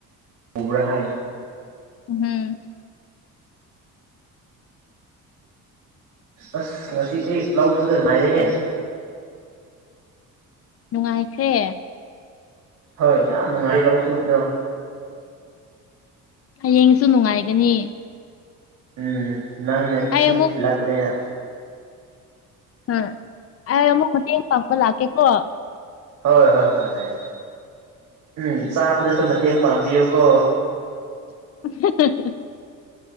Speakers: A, on the right (about 65°); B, on the left (about 45°).
A: ꯎꯕ꯭ꯔꯥ ꯍꯥꯏꯅ
B: ꯎꯝ
A: ꯑꯁ ꯉꯁꯤꯗꯤ ꯂꯧ ꯁꯨꯗ ꯅꯨꯉꯥꯏꯔꯦꯍꯦ
B: ꯅꯨꯡꯉꯥꯏꯈ꯭ꯔꯦ
A: ꯍꯣꯏ ꯌꯥꯝ ꯅꯨꯡꯉꯥꯏ <unintelligible> ꯂꯧ ꯁꯨꯕꯗꯣ
B: ꯍꯌꯦꯡꯁꯨ ꯅꯨꯡꯉꯥꯏꯒꯅꯤ
A: ꯎꯝ ꯅꯪꯅ
B: ꯑꯩ
A: ꯏꯁꯤꯡ
B: ꯑꯃꯨꯛ
A: ꯊꯤꯜꯂꯛꯄꯅꯦꯅ
B: ꯑꯝ ꯑꯩ ꯑꯃꯨꯛ ꯃꯇꯦꯡ ꯄꯥꯡꯕ ꯂꯥꯛꯀꯦꯀꯣ
A: ꯍꯣꯏ ꯍꯣꯏ ꯍꯣꯏ ꯍꯣꯏ ꯎꯝ ꯆꯥꯕꯗꯁꯨ ꯃꯇꯦꯡ ꯄꯥꯡꯕꯤꯌꯨꯀꯣ
B: <unintelligible>